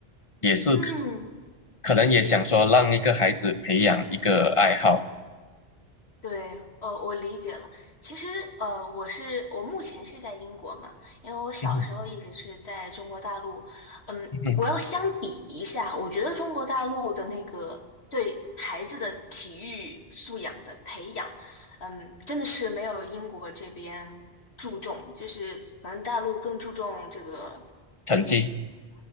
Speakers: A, on the left; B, on the left.
A: 也是
B: 嗯
A: 可能也想说让一个孩子培养一个爱好，
B: 嗯，对，呃，我理解了。其实，呃，我是我目前是在英国嘛，因为我小时候一直是在中国大陆。
A: <laughs> 嗯哼
B: 嗯，
A: 哼哼，
B: 我要相比一下，我觉得中国大陆的那个对孩子的体育素养的培养，嗯，真的是没有英国这边注重，就是可能大陆更注重这个。
A: 成绩。